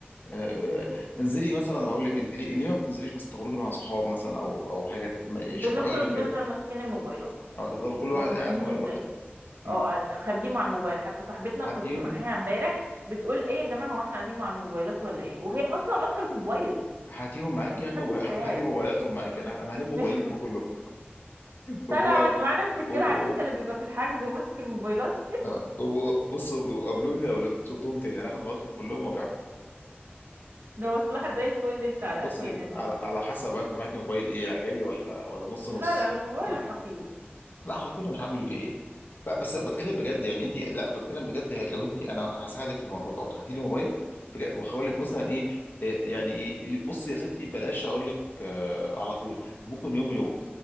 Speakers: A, on the left; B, on the right.
A: آه... انزلي مثلا اقول لك انت ليه ليه ما بتنزليش مثلا تخرجي مع صحاب مثلا او او حاجه تتم...
B: بنخرج
A: شوف اي مكان
B: نفضل ماسكين الموبايلات
A: او هتفضل كل
B: ما
A: واحد
B: مدمنين
A: قاعد موبايلات
B: زي
A: مم.
B: اه انا خارجين مع الموبايل حتى صاحبتنا
A: هاتي
B: كنت
A: يوم
B: معاها امبارح بتقول ايه يا جماعه هو احنا قاعدين مع الموبايلات ولا ايه وهي اصلا ماسكه الموبايل
A: هاتيهم معاكي
B: مش
A: هاتي
B: حد
A: موبايل
B: يساعد
A: هاتي موبايلاتهم معاكي انا انا هلم موبايلاتكم
B: مش <laughs>
A: كلكم وابقوا
B: تقعد مع نفسك
A: وابقوا
B: كده عارف انت اللي بيبقى في الحجز وماسك الموبايلات
A: آه، وابقوا- بصوا قابلوني لو بتلتهم تاني انا هاخد موبايلاتكم كلهم وابيعهم
B: ده مصلحة زي الفل اللي انت
A: آه،
B: على
A: بصي
B: قفانا دي
A: على على حسب انت معاكي موبايل ايه غالي ولا ولا نص
B: لا
A: نص
B: لا الموبايل
A: آه،
B: حقير
A: لا حاطينه مش هعمل بيه ايه لا بس بتكلم بجد يعني انت لا بتكلم بجد لو انت انا هساعدك في الموضوع دوت هاتي لي موبايلك بجد وهقول
B: مم.
A: لك مثلا ايه إيه يعني ايه بصي يا ستي بلاش هقول لك آه، على طول ممكن يوم ويوم
B: مم.